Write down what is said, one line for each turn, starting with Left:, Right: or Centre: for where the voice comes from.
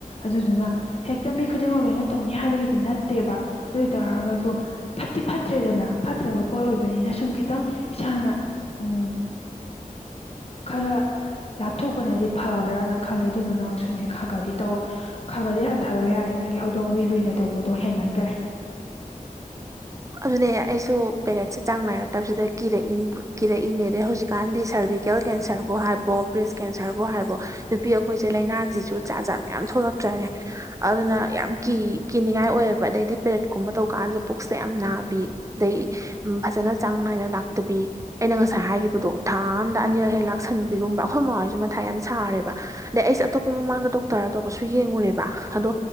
Left: ꯑꯗꯨꯗꯨꯅ ꯍꯦꯛꯇ ꯃꯤ ꯈꯨꯗꯤꯡꯃꯛ ꯂꯣꯏꯅ ꯇꯧꯅꯤ ꯍꯥꯏꯕꯒꯤꯗꯤ ꯅꯠꯇꯦꯕ ꯑꯗꯨ ꯑꯣꯏ ꯇꯥꯔꯒꯁꯨ ꯐꯠꯇꯤ ꯐꯠꯇ꯭ꯔꯦꯗꯅ ꯐꯠꯇ꯭ꯔꯕ ꯄꯣꯠ ꯑꯣꯏꯕꯅꯤꯅ ꯁꯨꯝ ꯈꯤꯇꯪ ꯏꯁꯥꯅ ꯎꯝ ꯈꯔ ꯂꯥꯞꯊꯣꯛꯄꯅꯗꯤ ꯐꯕ꯭ꯔꯅ ꯈꯜꯂꯦ ꯑꯗꯨ ꯅꯪꯁꯨꯅꯦ ꯈꯒꯗꯤ ꯇꯧ ꯈꯒꯗꯤ ꯍꯟ <unintelligible> ꯌꯥꯔꯦ ꯅꯪꯒꯤ ꯍꯧꯗꯣꯡ ꯍꯨꯏꯏ ꯂꯨꯅ ꯇꯧꯕꯗꯣ ꯍꯦꯟꯃꯟꯈꯔꯦ
Right: ꯑꯗꯨꯅꯦ ꯑꯩꯁꯨ ꯄꯦꯔꯠꯁꯦ ꯆꯥꯡ ꯅꯥꯏꯔꯛꯇꯕꯁꯤꯗ ꯀꯤꯔꯛꯏꯅꯤ ꯀꯤꯔꯛꯏꯅꯦ ꯍꯧꯖꯤꯛꯀꯥꯟꯗꯤ ꯁꯥꯔꯚꯤꯀꯦꯜ ꯀꯦꯟꯁꯔꯕꯨ ꯍꯥꯏꯕꯣ ꯕ꯭ꯔꯦꯁ ꯀꯦꯟꯁꯔꯕꯨ ꯍꯥꯏꯕꯣ ꯅꯨꯄꯤ ꯑꯈꯣꯏ ꯑꯩꯈꯣꯏꯁꯦ ꯂꯥꯏꯅꯥ ꯁꯤꯁꯨ ꯖꯥꯠ ꯖꯥꯠ ꯃꯌꯥꯝ ꯊꯣꯛꯂꯛꯇ꯭ꯔꯅꯦ ꯑꯗꯨꯅ ꯌꯥꯝ ꯀꯤ ꯀꯤꯅꯤꯡꯉꯥꯏ ꯑꯣꯏꯌꯦꯕ ꯑꯗꯩꯗꯤ ꯄꯦꯔꯠꯀꯨꯝꯕ ꯇꯧꯕꯗꯣ ꯀꯥꯟꯗꯁꯨ ꯄꯨꯛꯁ ꯁꯦ ꯌꯥꯝ ꯅꯥꯕꯤ ꯑꯗꯩ ꯎꯝ ꯐꯖꯅ ꯆꯥꯡ ꯅꯥꯏꯅ ꯂꯥꯛꯇꯕꯤ ꯑꯩꯅ ꯉꯁꯥꯏ ꯍꯥꯏꯒꯤꯈꯤꯕꯗꯣ ꯊꯥ ꯑꯝꯗ ꯑꯅꯤꯔꯛ ꯍꯦꯛ ꯂꯥꯛꯁꯟꯕꯤꯒꯨꯝꯕ ꯑꯩꯈꯣꯏ ꯃꯥꯍꯣꯏꯁꯨ ꯃꯊꯥ ꯌꯥꯝ ꯁꯥꯔꯦꯕ ꯑꯗꯩ ꯑꯩꯁꯦ ꯑꯇꯣꯞꯄ ꯃꯃꯥꯡꯗ ꯗꯣꯛꯇꯔ ꯑꯇꯣꯞꯄꯁꯨ ꯌꯦꯡꯉꯨꯔꯦꯕ ꯑꯗꯣ